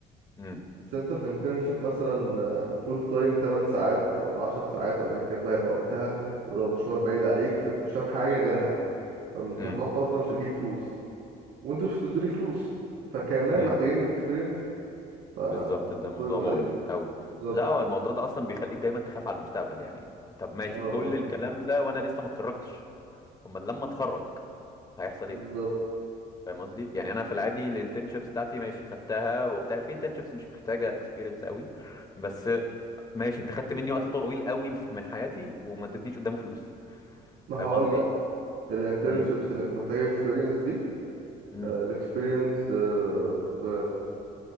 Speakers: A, on the left; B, on the right.
A: مم.
B: بس انت في انترنشيب مثلا فول تايم 8 ساعات ولا 10 ساعات ولا ايا كان بقى يبقى وقتها ولو مشوار بعيد عليك فانت مش هتعمل حاجه غيرها انت
A: مم.
B: هتقعد فترة مش هتجيب فلوس وانتوا مش هتدوني فلوس فكمان
A: مم.
B: محتاجيني بإكسبيرينس فأنا
A: بالظبط ده
B: الموضوع
A: موضوع
B: بيبقى
A: مقرف
B: غريب يعني.
A: قوي
B: بالظبط
A: لا هو الموضوع ده اصلا بيخليك دايما تخاف على المستقبل يعني طب ماشي
B: اه
A: كل الكلام ده وانا لسه ما اتخرجتش امال لما اتخرج هيحصل
B: بالظبط
A: ايه فاهم قصدي يعني انا في العادي الانترنشيبس بتاعتي ماشي خدتها وبتاع في انترنشيبس مش محتاجه اكسبيرينس قوي بس ماشي انت خدت مني وقت طويل قوي من حياتي وما ادتنيش قدامه فلوس
B: ما
A: فاهم
B: هقول
A: قصدي
B: لك الانترنشيبس
A: امم
B: اللي انت محتاجه اكسبيرينس دي
A: امم
B: الاكسبيرينس في